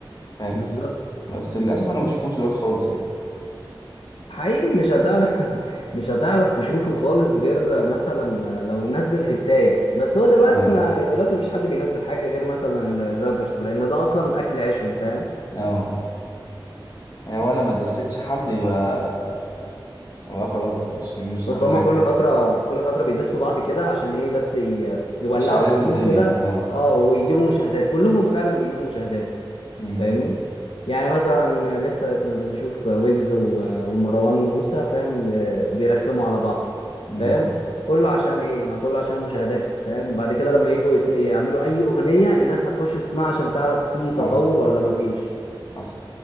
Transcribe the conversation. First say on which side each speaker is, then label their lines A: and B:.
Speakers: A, on the left; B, on the left.
A: فاهم
B: بالظبط
A: بس للاسف انا ما بشوفوش دلوقتي خالص يعني
B: حقيقي مش هتعرف <laughs> مش هتعرف تشوفه خالص غير مثلا لو نزل هتاية بس هو دلوقتي
A: اه
B: ما دلوقتي مفيش حد بينزل حاجة غير مثلا الرابرز لان ده اصلا اكل عيشهم فاهم
A: اه يعني وانا ما دستش حد يبقى يبقى خلاص مش مش
B: بس
A: هنركز
B: هما كل فترة كل فترة بيدسوا بعض كده عشان ايه بس ي... يولعوا
A: مش هعرف
B: السين
A: الدنيا
B: كده
A: اه
B: اه ويجيبوا مشاهدات كلهم فعلا بيجيبوا مشاهدات
A: امم
B: فاهمني يعني مثلا لسه كنا بنشوف ويجز و- ومروان موسى فاهم آه، بيرخموا على بعض
A: امم
B: فاهم كله عشان ايه ما كله عشان المشاهدات فاهم بعد كده لما يجوا يسم... يعملوا اي اغنية الناس هتخش تسمعها عشان تعرف في تطور
A: حصل
B: ولا ما فيش
A: حصل